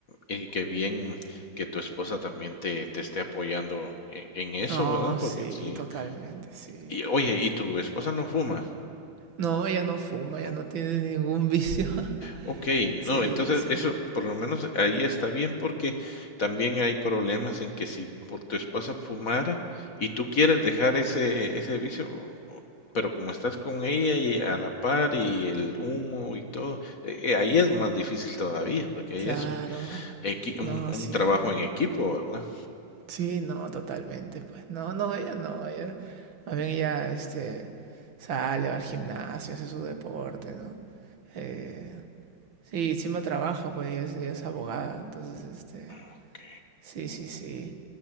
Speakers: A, on the left; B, on the right.
A: y que bien que tu esposa también te, te esté apoyando en, en eso,
B: No,
A: ¿verdad?
B: sí,
A: Porque sí.
B: totalmente, sí.
A: Y, oye, ¿y tu esposa no fuma?
B: No, ella no fuma, ella
A: No.
B: no tiene ningún vicio. <laughs>
A: Ok,
B: Sí,
A: no, entonces
B: sí.
A: eso por lo menos ahí está bien porque también hay problemas en que si por tu esposa fumara y tú quieres dejar ese, ese vicio, pero como estás con ella y a la par y el humo y todo, eh, eh, ahí es más difícil todavía porque ahí
B: Claro,
A: es un, equi-
B: no,
A: un,
B: sí.
A: un trabajo en equipo, ¿verdad?
B: Sí, no, totalmente, pues. No, no, ella no, ella, más bien ella, este, sale, va al gimnasio, hace su deporte, ¿no? Eh, sí, encima trabaja, pues ella es, ella es abogada, entonces, este,
A: Ok,
B: sí, sí, sí.